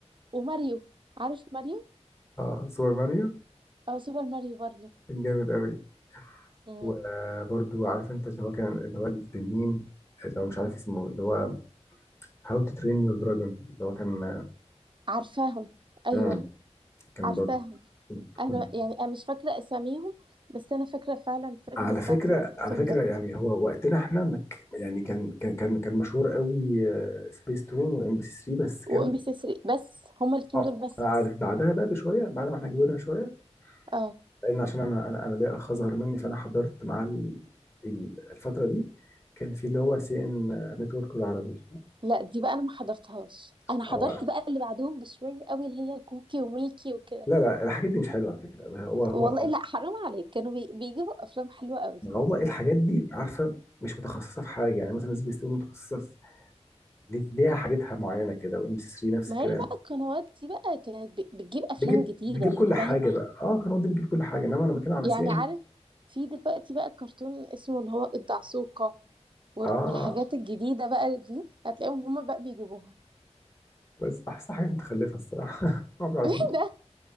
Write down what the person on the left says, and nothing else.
اه سوبر ماريو
كان جامد قوي
وبرضو عارف انت اللي هو كان اللي هو التنين اللي هو مش عارف اسمه اللي هو هاو تو ترين يور دراجون اللي هو كان
امم كان
برضو كنت
كنت
على
فكرة
على فكرة
يعني هو وقتنا احنا ما ك- يعني كان كان كان كان مشهور قوي سبيس تون وام بي سي 3 بس كان
اه
انا عارف بعدها بقى بشويه بعد ما احنا كبرنا شويه
لان عشان انا انا انا ليا اخ اصغر مني فانا حضرت معاه ال- ال- الفتره دي كان في اللي هو سي ان نتورك بالعربي
اه
لا لا الحاجات دي مش حلوه على فكره هو هو
ما هو الحاجات دي عارفه مش متخصصه في حاجه يعني مثلا سبيس تون متخصصه في لي- ليها حاجتها معينه كده وام سي 3 نفس
الكلام
بجيب
بجيب كل حاجه
بقى اه قنوات دي بتجيب كل حاجه انما انا بتكلم على
سين
اه
بس احسن حاجه متخلفه الصراحه <laughs> ما بعرف